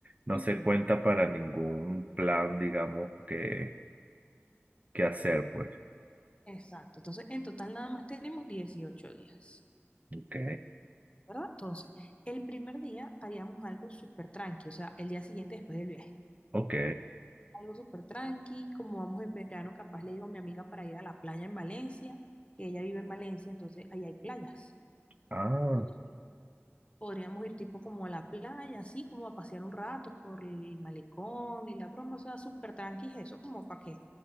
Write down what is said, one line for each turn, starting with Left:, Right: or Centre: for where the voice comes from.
Right: No
Left: Ujú,
Right: se cuenta para ningún plan, digamos, que, que hacer, pues.
Left: Exacto. Entonces, en total nada más tenemos 18 días,
Right: Ok,
Left: ¿verdad? Entonces, el primer día haríamos algo súper tranqui, o sea, el día siguiente después del viaje.
Right: ok.
Left: algo súper tranqui, como vamos en verano, capaz le digo a mi amiga para ir a la playa en Valencia, que ella vive en Valencia, entonces ahí hay playas.
Right: Ah,
Left: Entonces, podríamos ir tipo como a la playa, así como a pasear un rato por el malecón y la broma, o sea, súper tranqui, eso como para que